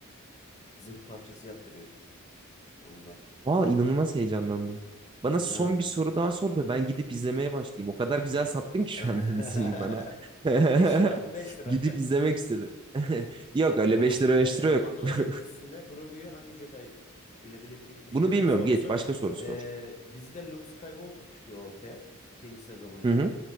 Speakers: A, on the left (about 30°); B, on the right (about 20°).
A: zırh parçası yaptırıyor ondan.
B: Valla inanılmaz heyecanlandım. Bana son
A: Yani
B: bir soru daha sor da ben gidip izlemeye başlayayım. O kadar güzel sattın ki şu
A: <laughs>
B: anda <laughs> diziyi bana. <laughs>
A: 5 lira abi 5 lira.
B: Gidip izlemek istedim. <laughs> Yok
A: <laughs>
B: öyle
A: Tamam.
B: 5 lira 5
A: Ee,
B: lira yok.
A: Mandalorian
B: <laughs>
A: dizisinde Grogu'yu hangi Jedi ile birlikte gitmiştir
B: Bunu bilmiyorum.
A: sorusu.
B: Geç başka soru sor.
A: Ee, dizide Luke Skywalker çıkıyor ortaya. ikinci sezonunda.
B: Hı hı.